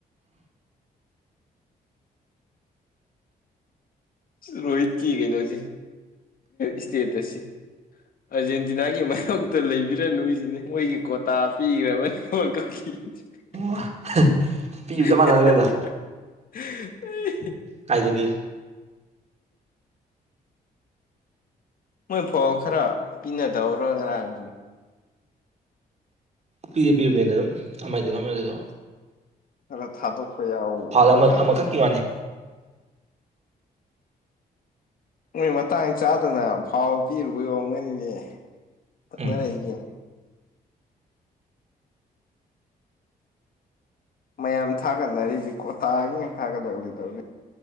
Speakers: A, on the left (about 60°); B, on the right (about 40°).
A: ꯔꯣꯍꯤꯠꯀꯤ ꯀꯩꯅꯣꯁꯤ ꯏꯁꯇꯦꯇꯁꯁꯤ ꯑꯔꯖꯦꯟꯇꯤꯅꯥꯒꯤ ꯃꯥꯥꯏꯌꯣꯛꯇ ꯂꯩꯕꯤꯔꯅꯨ ꯍꯥꯏꯁꯤꯅꯤ ꯃꯣꯏꯒꯤ ꯀꯣꯇꯥ ꯄꯤꯒ꯭ꯔꯕꯅꯤ ꯋꯥꯔꯜꯀꯞ ꯀꯤ꯫ <unintelligible>
B: <unintelligible>
A: <unintelligible>
B: ꯃꯥꯟꯅꯔꯦꯗ ꯀꯥꯏꯗꯒꯤ
A: ꯃꯣꯏ ꯐꯧ ꯈꯔ ꯄꯤꯅꯗꯧꯔꯥ ꯉꯔꯥꯡ
B: ꯄꯤꯗꯤ ꯄꯤꯕꯅꯤꯗ ꯑꯗꯨꯝ ꯑꯃꯥꯏꯗꯁꯨ ꯑꯃꯥꯏꯗꯁꯨ
A: ꯈꯔ ꯊꯥꯗꯣꯛꯄ ꯌꯥꯎꯕ꯭ꯔ
B: ꯐꯥꯜ ꯑꯃ
A: ꯃꯥꯜꯂꯦ
B: ꯑꯃꯈꯛꯀꯤ ꯋꯥꯅꯤ꯫
A: ꯅꯣꯏ ꯃꯇꯥꯡ ꯆꯥꯗꯅ ꯐꯥꯎꯟ ꯄꯤꯔꯨꯕꯩ ꯌꯣꯉꯅꯤꯅ ꯇꯛꯅꯔꯛꯏꯒꯦ꯫
B: ꯎꯝ
A: ꯃꯌꯥꯝ ꯊꯥꯒꯠꯅꯔꯤꯁꯦ ꯀꯣꯇꯥꯒꯤ ꯊꯥꯒꯠꯂꯛꯂꯤꯗꯧꯅꯤ꯫